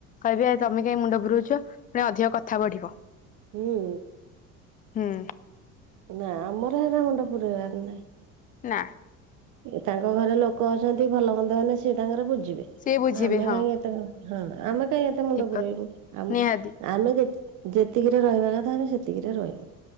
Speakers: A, on the left; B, on the right.
A: କହିବେ ଆ ତମେ କାଇଁ ମୁଣ୍ଡ ଫୁରୋଉଛ ପୁଣି ଅଧିକ କଥା ବଢ଼ିବ।
B: ହୁଁ
A: ହୁଁ
B: ନା ଆମର ହେରା ମୁଣ୍ଡ ପୁରେଇବାର ନାଇଁ।
A: ନା।
B: ତାଙ୍କ ଘରେ ଲୋକ ଅଛନ୍ତି ଭଲ ମନ୍ଦ ହେଲେ ସେ ତାଙ୍କର ବୁଜିବେ।
A: ସିଏ ବୁଝିବେ
B: ଆମେ
A: ହଁ
B: କାହିଁକି ଏତେ ମୁଁ ହଁ ଆମେ କାହିଁ ଏତେ ମୁଣ୍ଡ
A: ଠିକ
B: ପୁରେଇବୁ।
A: କଥା ନିହାତି
B: ଆମେ ଯେତ୍ ଯେତିକିରେ ରହିବା କଥା ଆମେ ସେତିକିରେ ରହିବୁ।